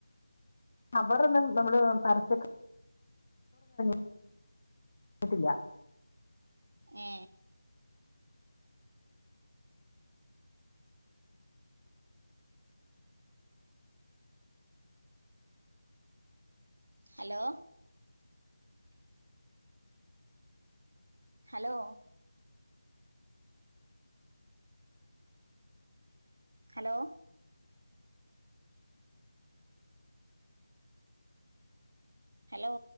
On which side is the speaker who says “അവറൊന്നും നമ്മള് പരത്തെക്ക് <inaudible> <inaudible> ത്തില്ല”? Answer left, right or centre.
Left